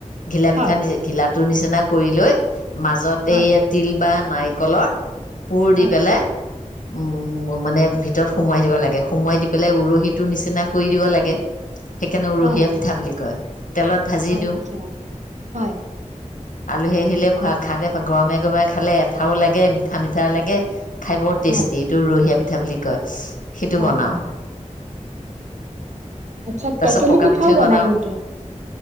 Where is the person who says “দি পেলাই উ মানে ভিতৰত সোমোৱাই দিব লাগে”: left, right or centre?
Left